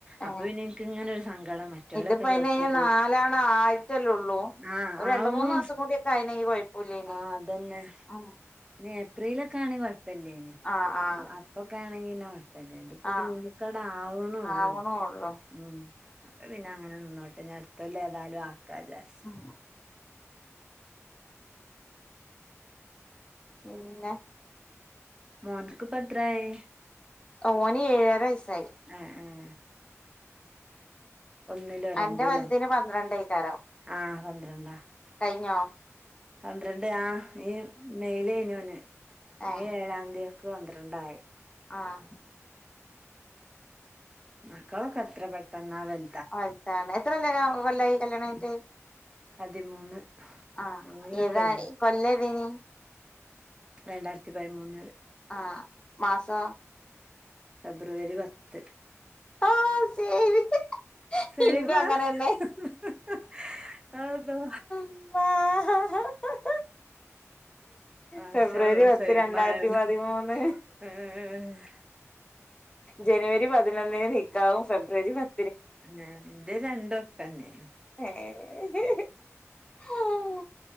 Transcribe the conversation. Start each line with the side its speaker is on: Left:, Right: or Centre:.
Left: ഏഹ്
Right: അപ്പൊ പിന്നെ എനിക്ക് ഇങ്ങനെ ഒരു സങ്കടം മറ്റേവലൊക്കെ
Left: ഇതിപ്പോ അയിന്
Right: ചേർത്തിലെന്ന്.
Left: നാലാണ് ആയിട്ടല്ലേ ഉള്ളൂ
Right: ആഹ്
Left: ഒരു രണ്ട്
Right: ആവണം
Left: മൂന്ന് ദിവസം കൂടിയൊക്കെ ആയിനെങ്കി കൊഴപ്പല്ലേനി
Right: ആഹ് അതന്നെ.
Left: ഉം
Right: പിന്നെ ഏപ്രിലൊക്കെ ആണെങ്കിൽ കുഴപ്പമില്ലേന്
Left: ആഹ് ആഹ്
Right: അപ്പൊക്കെ ആണെങ്കിന്നോ. പിന്നെ ഇത്പ്പോ
Left: ആഹ്
Right: ജൂണിക്കാണ്ടാ ആവണുള്ളൂ.
Left: ആവണുള്ളൂ
Right: ഉ അപ്പ പിന്നെ അങ്ങനെ നിന്നോട്ടെ ഇനി അടുതൊല്ലം ഏതായാലും ആക്കാവിചാരിച്ച്.
Left: ഉ പിന്നെ.
Right: മോൻക്ക് ഇപ്പ എത്രായി.
Left: ഓനി ഏഴരൈ വയസായി.
Right: ഏഹ് ഏ ഒന്നിലോ
Left: അന്റെ
Right: രണ്ടിലോ
Left: വൽതിന് പന്ത്രണ്ടേക്കാരം
Right: ആഹ് പന്ത്രണ്ടാ
Left: കയ്ഞ്ഞോ.
Right: പന്ത്രണ്ട് ആ ഈ മെയ്ലേനി ഓന്.
Left: ഏഹ്
Right: മെയ് ഏഴാംത്യക്ക്‌ പന്ത്രണ്ടായി.
Left: ആഹ്.
Right: മക്കളൊക്കത്ര പെട്ടെന്നാ വൽ
Left: വൽതാവ്ണ്. എത്ര കൊല്ലായി കല്യാണം കഴിഞ്ഞിട്ട്
Right: പതിമൂന്ന്
Left: ആഹ്
Right: പതിമൂന്നെല്ലാം
Left: ഏതാ
Right: കഴിഞ്ഞ്
Left: കൊല്ലം ഏതേനി
Right: രണ്ടായിരത്തി പയ്മൂന്നില്
Left: ആഹ് മാസോ
Right: ഫെബ്രുവരി പത്ത്
Left: ആഹ് ശരി
Right: സെയിമ
Left: ഇൻക്കും അങ്ങനെന്നെ
Right: ഹ് ഹ് അതാ
Left: ഇമ്മാ..
Right: മാഷാ
Left: ഫെബ്രുവരി
Right: അള്ളാ
Left: പത്ത്
Right: സെയിമായല്ലോ
Left: രണ്ടായിരത്തി പതിമൂന്ന്
Right: ഏഹ്..
Left: ജനുവരി പതിനൊന്നിന് നിക്കാഹും ഫെബ്രുവരി പത്
Right: ന്റെ രണ്ടൊപ്പന്നെണ്
Left: ഏഹ് ആഹ്.